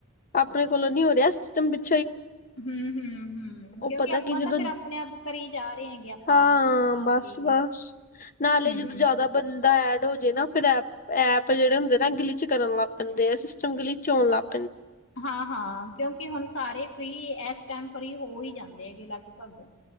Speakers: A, on the left; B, on the left.
A: ਆਪਣੇ ਕੋਲੋਂ ਨੀ ਹੋ ਰਿਹਾ ਸਿਸਟਮ ਵਿੱਚ
B: ਹੂੰ ਹੂੰ ਹੂੰ, ਹੂੰ,
A: ਉਹ
B: ਕਿਉਂਕਿ
A: ਪਤਾ
B: ਆਪਾਂ
A: ਕੀ ਜਦੋਂ
B: ਤਾਂ ਫੇਰ ਆਪਣੇ ਆਪ ਘਰੇ ਹੀ ਜਾ ਰਹੇ ਹੈਗੇ ਆਪਾਂ
A: ਹਾਂ
B: ਉਸ ਹਿਸਾਬ
A: ਬਸ-ਬਸ
B: ਤੇ ਹੀ
A: ਨਾਲੇ
B: ਹੂੰ
A: ਜਦੋਂ ਜ਼ਿਆਦਾ ਬੰਦਾ ਐਡ ਹੋਜੇ ਨਾ ਫਿਰ ਐ ਐਪ ਜਿਹੜੇ ਹੁੰਦੇ ਨਾ ਗਲਿਚ ਕਰਨ ਲੱਗ ਪੈਂਦੇ ਆ ਸਿਸਟਮ ਗਲਿਚ ਹੋਣ ਲੱਗ ਪ
B: ਹਾਂ ਕਿਉਂਕਿ ਹੁਣ ਸਾਰੇ ਫਰੀ ਇਸ ਟਾਈਮ ਫਰੀ ਹੋ ਹੀ ਜਾਂਦੇ ਹੈਗੇ ਲਗਭਗ